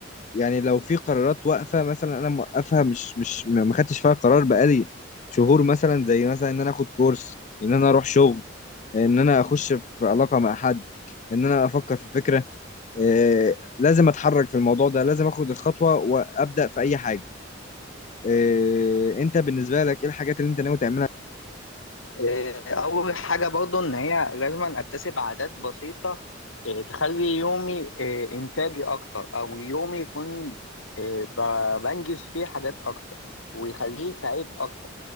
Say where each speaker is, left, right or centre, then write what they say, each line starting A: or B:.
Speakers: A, on the left (about 40°); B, on the left (about 85°).
A: يعني لو في قرارات واقفه مثلا انا موقفها مش مش ما خدتش فيها قرار بقالي شهور مثلا زي مثلا ان انا اخد كورس ان انا اروح شغل ان انا اخش في علاقه مع حد ان انا افكر في فكره إيه لازم اتحرك في الموضوع ده لازم اخد الخطوه وابدا في اي حاجه إيه انت بالنسبه لك ايه الحاجات اللي انت ناوي تعملها
B: إيه، أول حاجة برضو إن هي لازم أكتسب عادات بسيطة إيه، تخلي يومي إيه، إنتاجي أكتر أو يومي يكون إيه، ب- بنجز فيه حاجات أكتر ويخليه سعيد أكتر